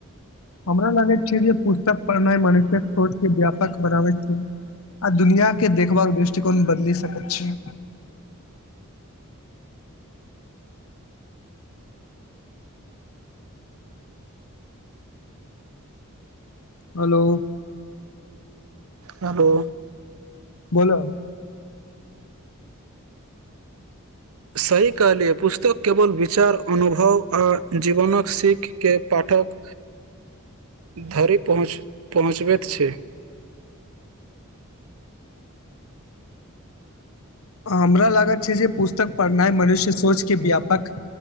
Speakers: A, on the left; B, on the right.
A: हमरा लागैत छै जे पु पढ़नाई मनुष्य कऽ सोचके व्यापकऽ बनाबैत छै आ दुनिया के के देखबा कऽ दृष्टिकोण बदलि सकैत छै हेलो।
B: हेलो।
A: बोल
B: सही कहलिये पुस्तक केवल विचार अनुभव आ जीवनक सीख के पाठक धरी पहुँच पहुँचबैत छै
A: हमरा लागत छै जे पुस्तक पढ़नाइ मनुष्य सोच के व्यापक